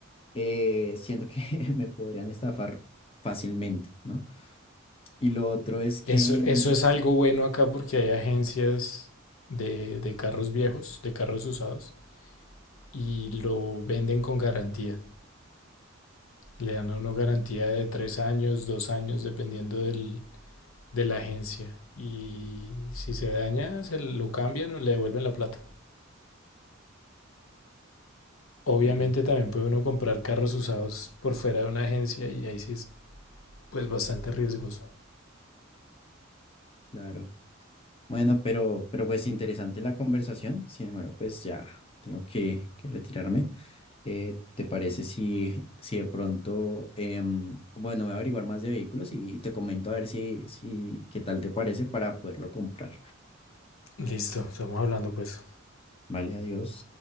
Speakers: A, on the left (about 30°); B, on the left (about 80°).
A: eh, siento que <laughs> me podrían estafar fácilmente, ¿no? Y lo otro es que,
B: Eso, eso
A: Mm.
B: es algo bueno acá porque hay agencias de, de carros viejos, de carros usados, y lo venden con garantía. Le dan a uno garantía de tres años, dos años, dependiendo del- de la agencia. Y si se daña, se lo cambian o le devuelven la plata. Obviamente
A: claro,
B: también puede uno comprar carros usados por fuera de una agencia y ahí sí es pues bastante riesgoso.
A: claro. Bueno, pero, pero pues interesante la conversación, sin embargo, pues ya tengo que, que retirarme. Eh, ¿te parece si, si de pronto, em, bueno, voy a averiguar más de vehículos y, y te comento a ver si, si, qué tal te parece para poderlo comprar?
B: Listo, estamos hablando pues.
A: Vale, adiós.